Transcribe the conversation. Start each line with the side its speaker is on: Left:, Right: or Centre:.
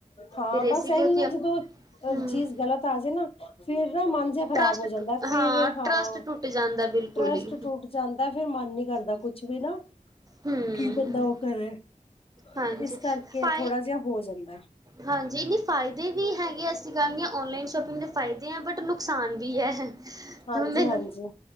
Left: ਹਾਂ
Right: ਫਿਰ ਇਹ
Left: ਬਸ
Right: ਸੀ
Left: ਇਹੀ
Right: ਕਿਉਂਕਿ
Left: ਹੈ ਜਦੋਂ
Right: ਹੂੰ
Left: ਚੀਜ਼ ਗਲਤ ਆ ਜਾੇ ਨਾ ਫੇਿਰ ਨਾ ਮਨ ਖ਼ਰਾਬ
Right: ਟਰੱਸਟ
Left: ਹੋ ਜਾਂਦਾ ਫਿਰ ਹਾਂ
Right: ਟਰੱਸਟ ਟੁੱਟ ਜਾਂਦਾ ਬਿਲਕੁਲ
Left: ਟਰਸਟ
Right: ਹੀ
Left: ਟੁੱਟ ਜਾਂਦਾ ਫੇਰ ਮਨ ਨਹੀਂ ਕਰਦਾ ਕੁਛ ਵੀ ਨਾ
Right: ਹੂੰ
Left: ਕੀ ਬੰਦਾ ਉਹ ਕਰੇ।
Right: ਹਾਂਜੀ
Left: ਇਸ ਕਰਕੇ
Right: ਫਾਈ
Left: ਥੋੜਾ ਜਿਹਾ ਹੋ ਜਾਂਦਾ।
Right: ਹਾਂਜੀ ਨਹੀਂ ਫਾਇਦੇ ਵੀ ਹੈਗੇ ਅਸੀਂ ਗੱਲ ਨਹੀਂ ਔਨਲਾਈਨ ਸ਼ੋਪਿੰਗ ਦੇ ਫਾਇਦੇ ਹੈ ਬਟ ਨੁਕਸਾਨ ਵੀ ਹੈ। ਹ
Left: ਹਾਂਜੀ
Right: ਮੈਨੂੰ
Left: ਹਾਂਜੀ।